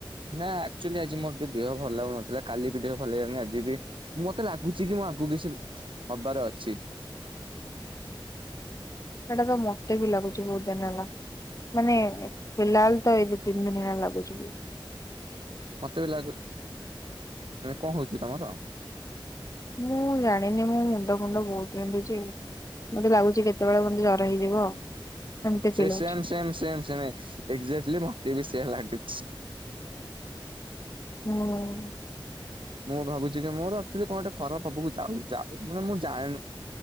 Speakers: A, on the right (about 70°); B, on the left (about 40°).
A: ନା ଆକ୍ଚୁଆଲି ଆଜି ମୋର ଟିକେ ଦେହ ଭଲ ଲାଗୁନଥିଲା କାଲି ବି ଦେହ ଭଲ ଲାଗିଲାନି ଆଜି ବି। ମତେ ଲାଗୁଛି କି ମୁଁ ଆଗକୁ କିଛି ହବାର ଅଛି।
B: ସେଇଟା ତ ମତେ ବି ଲାଗୁଛି ବହୁତ ଦିନ ହେଲା। ମାନେ ଫିଲାଲ ତ ଏଇ ତିନି ଦିନ ହେଲା ଲାଗୁଚି।
A: ମତେ ବି ଲାଗୁ ମାନେ କଣ ହଉଚି କି ତମର?
B: ମୁଁ ଜାଣିନି ମୋ ମୁଣ୍ଡ ଫୁଣ୍ଡ ବହୁତ ବିନ୍ଧୁଚି। ମତେ ଲାଗୁଚି କେତେବେଳେ ମୋତେ ଜର ହେଇଯିବ। ଏମିତି
A: ସେ
B: ଫିଲ୍ ହଉଛି
A: same same same same exactly ମତେ ବି ସେଆ ଲାଗୁଚି।
B: ହୁଁ।
A: ମୁଁ ଭାବୁଛି କି ମୋର ଆକଚୁଲି କଣ ଗୋଟେ ଖରପ ହବାକୁ ଯାଉ ଯାଉ ମାନେ ମୁଁ ଯାଏନି